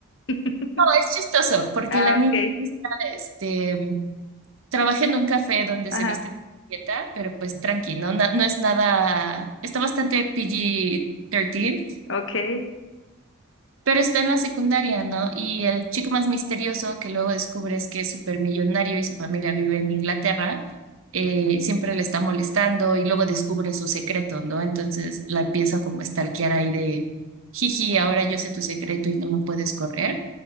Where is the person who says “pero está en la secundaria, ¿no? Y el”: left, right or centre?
Right